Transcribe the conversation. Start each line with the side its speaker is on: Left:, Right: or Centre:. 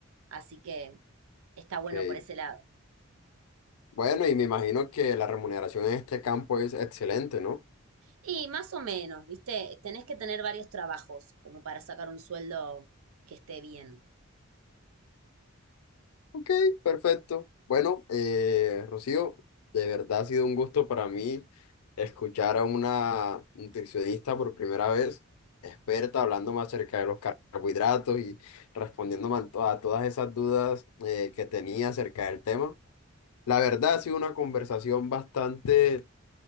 Right: así que está bueno
Left: Ok.
Right: por ese lado.
Left: Bueno, y me imagino que la remuneración en este campo es excelente, ¿no?
Right: Y más o menos, ¿viste? Tenés que tener varios trabajos como para sacar un sueldo que esté bien.
Left: Ok, perfecto. Bueno, eh, Rocío, de verdad ha sido un gusto para mí escuchar a una nutricionista por primera vez, experta, hablándome acerca de los carbohidratos y respondiéndome a, to- a todas esas dudas eh, que tenía acerca del tema. La verdad ha sido una conversación bastante,